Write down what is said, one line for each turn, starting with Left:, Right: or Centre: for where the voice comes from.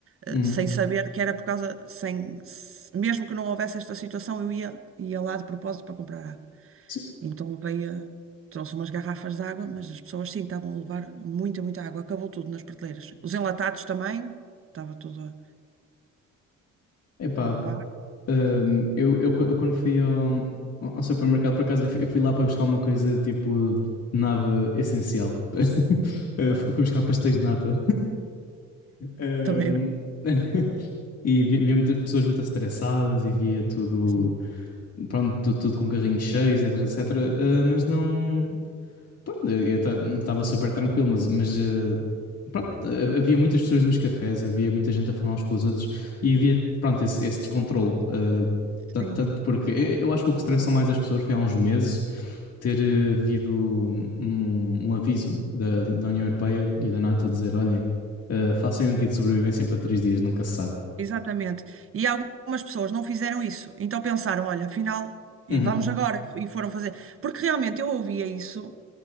Right: eh,
Left: Uhum.
Right: sem saber que era por causa, sem, se- mesmo que não houvesse esta situação, eu ia, ia lá de propósito para comprar água.
Left: Sim.
Right: Então levei, eh, trouxe umas garrafas de água, mas as pessoas sim estavam a levar muita, muita água. Acabou tudo nas prateleiras. Os enlatados também, estava tudo a
Left: Epá,
Right: a levar,
Left: ahm, eu, eu, eu quando fui ao, ao supermercado, por acaso, eu fui, eu fui lá para buscar uma coisa tipo nada essencial. <laughs> Ah, Fui buscar pastéis de nata. <laughs> Ahm,
Right: também. é bom.
Left: <laughs> E vi- via muita- pessoas muito estressadas e via tudo,
Right: Sim,
Left: pronto, tudo tudo, com carrinhos cheios, etc, etc. Ah, mas não. Pronto, eu estava super tranquilo, mas, mas ah, pronto, ha- havia muitas pessoas nos cafés, havia muita gente a falar uns com os outros e havia, pronto, esse, esse descontrole. ah, tan-
Right: sim,
Left: tanto porque eu eu acho que o que estressou mais as pessoas foi há uns meses ter eh, havido um, um aviso da, da União Europeia e da NATO a dizer: olhem, ah, façam um kit de sobrevivência para três dias, nunca se sabe.
Right: exatamente. E algumas pessoas não fizeram isso, então pensaram, olha, afinal, e
Left: Uhum.
Right: vamos agora, e foram fazer. Porque realmente eu ouvia isso,